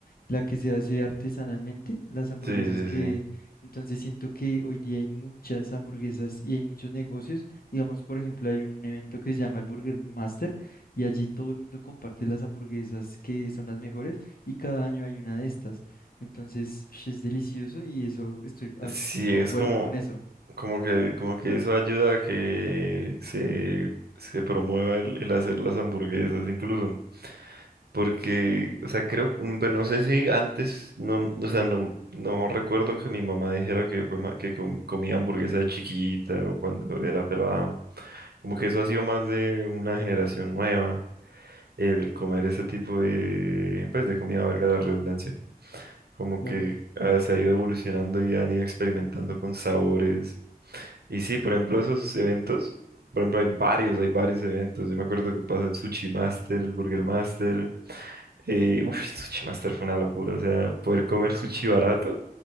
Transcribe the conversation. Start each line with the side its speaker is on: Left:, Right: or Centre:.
Left: la que se hace artesanalmente, las hamburguesas
Right: Sí, sí,
Left: que,
Right: sí.
Left: entonces siento que hoy día hay muchas hamburguesas y hay muchos negocios, digamos, por ejemplo, hay un evento que se llama el Burger Master y allí todo el mundo comparte las hamburguesas que son las mejores y cada año hay una de estas, entonces sh, es delicioso y eso estoy ah,
Right: Sí,
Left: concuerdo
Right: es como...
Left: con eso.
Right: como que, como que eso ayuda a que se, se promueva el, el hacer las hamburguesas incluso. Porque, o sea, creo, mm, pues no sé si antes, no, o sea, no, no recuerdo que mi mamá dijera que, fue ma- que com- comía hamburguesa de chiquita o cuando era pelada. Como que eso ha sido más de una generación nueva, el comer ese tipo de, pues, de comida, valga la redundancia como
Left: Claro.
Right: que ah, se ha ido evolucionando y han ido experimentando con sabores. Y sí, por ejemplo, esos eventos, por ejemplo, hay varios, hay varios eventos. Yo me acuerdo que pasó el Sushi Master, el Burger Master. Eh, uf, el Sushi Master fue una locura, o sea, poder comer sushi barato